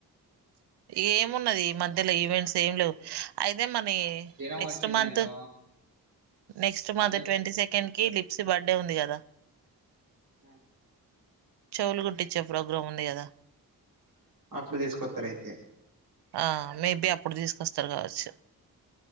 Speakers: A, on the right; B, on the right.
A: ఏమున్నది ఈ మధ్యల ఈవెంట్స్ ఏం లేవు అయితేే మరీ
B: జ్వరం
A: నెక్స్ట్
B: వచ్చిందనో
A: మంత్ నెక్స్ట్ మంత్
B: అది
A: ట్వంటీ సెకండ్ కి లిప్స్ బర్డే ఉంది కదా
B: ఆ
A: చెవులు కుట్టించే ప్రోగ్రామ్ ఉంది కదా
B: అప్పుడు తీస్కొత్తరయితే
A: ఆ మేబి అప్పుడు తీసుకొస్తరు కావచ్చు